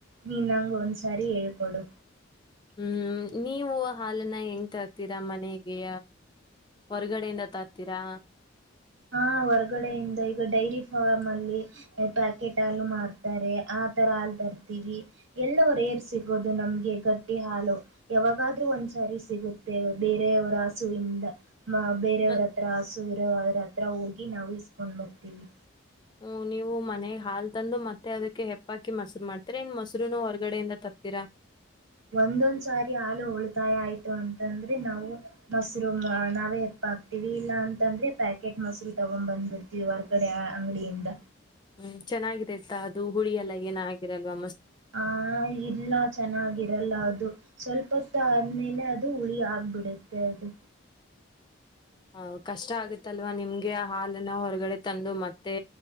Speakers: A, on the right (about 80°); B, on the left (about 20°).
A: ನೀನ್ಂಗ ಒಂದ್ಸಾರಿ ಹೇಳ್ಕೋಡ್ ಕೊಡು
B: ಹ್ಮ್ ನೀವು ಹಾಲನ್ನ ಹೆಂಗ್ ತರ್ತೀರಾ ಮನೆಗೆ ಹೊರಗಡೆಯಿಂದ ತರ್ತೀರಾ
A: ಹ ಹೊರಗಡೆಯಿಂದ ಈಗ ಡೈರಿ ಫಾರ್ಮ್ ಅಲ್ಲಿ ಪ್ಯಾಕೆಟ್ ಹಾಲು ಮಾರ್ತಾರೆ ಆ ತರ ಹಾಲ್ ತರ್ತೀವಿ ಎಲ್ಲ ಪ್ರೇರ್ ಸಿಗೋದು ನಮ್ಗೆ <unintelligible> ಗಟ್ಟಿ ಹಾಲು ಯಾವಾಗಾದ್ರೂ ಒಂದ್ಸಾರಿ ಸಿಗುತ್ತೆ ಬೇರೆಯವ್ರ ಹಸು ಇಿಂದ <unintelligible> ಮ ಬೇರೆಯವರ
B: ಮತ್
A: ಹತ್ರ ಹಸು ಬೇರೆಯವರ ಹತ್ರ ಹೋಗಿ ನಾವು ಇಸ್ಕೊಂಡ್ ಬರ್ತೀವಿ
B: ಹ್ಮ ನೀವು ಮನೆಗ್ ಹಾಲ್ ತಂದು ಮತ್ತೆ ಅದಕ್ಕೆ ಹೆಪ್ಪಾಕಿ ಮೊಸರು ಮಾಡ್ತೀರಾ ಇನ್ ಮೊಸರುೂನು ಹೊರ್ಗಡೆಯಿಂದ ತರ್ತೀರಾ
A: ಒಂದೊಂದ್ ಸಾರಿ ಹಾಲು ಉಳಿತಾಯ ಆಯ್ತು ಅಂತಂದ್ರೆ ನಾವು ಮೊಸರು ನಾವೇ ಎಪ್ಪ ಹಾಕ್ತಿೀವಿ ಇಲ್ಲ ಅಂತಂದ್ರೆ ಪ್ಯಾಕೆಟ್ ಮೊಸರು ತಗೊಂಡ್ ಬಂದ್ಬಿಡ್ತೀವಿ ಹೊರ್ಗಡೆ ಅಂಗಡಿಯಿಂದ
B: ಹ್ಮ್ ಚೆನ್ನಾಗಿದೆತ ಅದು ಹುಳಿ ಎಲ್ಲ ಏನ ಆಾಗಿರಲ್ವ
A: ಹ ಇಲ್ಲ ಚೆನ್ನಾಗಿರಲ್ಲ ಅದು ಸ್ವಲ್ಪತ್ತ ಆದ್ಮೇಲೆ ಅದು ಹುಳಿ ಆಗ್ಬಿಡುತ್ತೆ ಅದು.
B: ಆಹ ಕಷ್ಟ ಆಗತಲ್ವ ನಿಮ್ಗೆ ಆ ಹಾಲನ್ನ ಹೊರಗಡೆ ತಂದು ಮತ್ತೆ